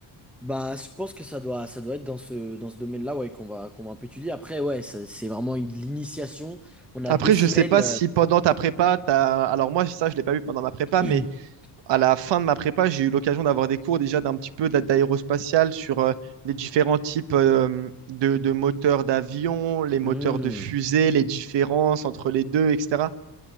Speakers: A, in the centre; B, on the right.
A: Bah, je pense que ça doit, ça doit être dans ce, dans ce domaine-là, ouais, qu'on va, qu'on va un peu étudier. Après, ouais, ça- c'est vraiment une l'initiation. On a
B: Après,
A: deux semaines.
B: je sais pas
A: euh,
B: si pendant ta prépa, t'as... Alors moi, ça, je l'ai pas vu pendant ma prépa,
A: <clears throat>
B: mais à la fin de ma prépa, j'ai eu l'occasion d'avoir des cours déjà d'un petit peu d'a- d'aérospatial sur euh, les différents types euh, de, de moteurs d'avion, les moteurs
A: hmm.
B: de fusée, les différences entre les deux, etc.